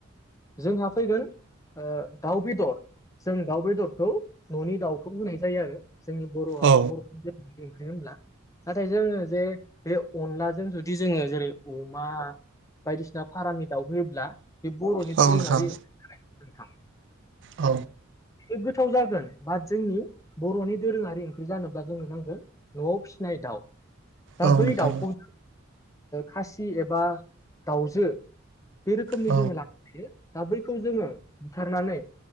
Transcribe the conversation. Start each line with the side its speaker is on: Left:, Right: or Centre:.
Left: जोंहा फैगोन ओ दाउबेदर जों दाउ बेदरखौ न'नि दाउखौ होनाय जायो आरो जोंनि बर'आ
Right: औ
Left: बर मानो होनब्ला नाथाय जोंङो जे बे अनलाजों जुदि जोंङो जेरै अमा बायदिसिना फारामनि दाउहयोब्ला बे बर'नि
Right: औ
Left: दोरोङारि
Right: नोंथां
Left: ओं नोंथां
Right: औ
Left: बे गोथाव जागोन बाट जोंनि बर'नि दोरोङारि ओंख्रि जानोब्ला जोंनो नांगोन न'आव फिसिनाय दाउ दा
Right: औ
Left: बै
Right: नोंथां
Left: दाउखौ खासि एबा दाउजो बे रोखोमनि
Right: औ
Left: जोङो लानोहायो। दा बैखौ जोङो बुथारनानै